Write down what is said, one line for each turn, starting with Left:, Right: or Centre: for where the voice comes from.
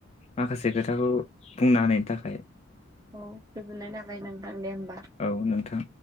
Left: माखासे खोथाखौ बुंना होनायनि थाखाय।
Right: औ गोजोननाय जाबाय नोंथां दे होमबा।
Left: औ नोंथां।